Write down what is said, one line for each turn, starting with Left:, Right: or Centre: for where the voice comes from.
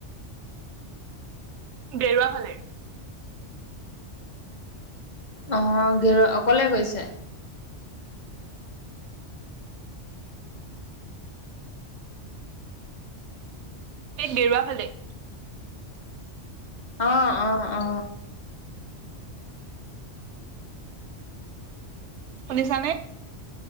Right: গেৰুৱা ফালে।
Left: অ', গেৰুৱা, অকলে গৈছে?
Right: এই গেৰুৱা ফালেই।
Left: অ', অ', অ'।
Right: শুনিছানে?